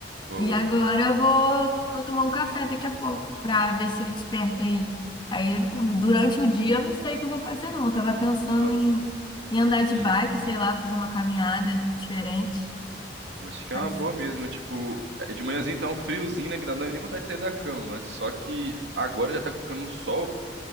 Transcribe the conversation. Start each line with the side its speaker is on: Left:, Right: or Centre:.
Right: boa.
Left: E agora eu vou, vou tomar um café daqui a pouco pra ver se eu desperto aí. Aí um- durante o dia eu não sei o que eu vou fazer não, eu tava pensando
Right: Ó,
Left: em, em andar de
Right: Hum,
Left: bike, sei lá, fazer uma caminhada diferente,
Right: acho que é
Left: mas
Right: uma boa mesmo. Tipo, é de manhãzinho tá um friozinho, né? Que não dá nem vontade de sair da cama, mas só que agora já tá ficando um sol.